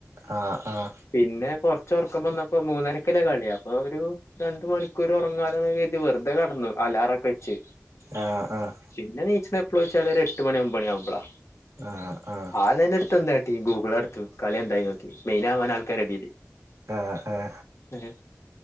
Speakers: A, on the right; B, on the left.
A: ആഹ ആഹ
B: പിന്നെ കുറച്ചുറക്കം വന്നപ്പോ മൂന്നരക്കല്ലേ കളി അപ്പൊ ഒരു രണ്ട് മണിക്കൂർ ഉറങ്ങാലന്ന കരുതി വെ പത്തേക്ക് കടന്നു അലാറൊക്കെ വെച്ച്
A: ആഹ് ആഹ് ആഹ്
B: പിന്നെ നീച്ച ഇപ്പോളിയിച്ചാൽ ഒരു എട്ട് മണി ഒൻമ്പണി ആവുമ്പോളാ
A: ആഹ് ആഹ്
B: ആതന്നെ അടുത്ത് എന്താട്ടീ ഗൂഗിള അടുത്തു കളി എന്തായി നോക്കി മെയിന ആവാൻ ആൾക്കാർ റെടല്
A: ആഹ് ആഹ്
B: എ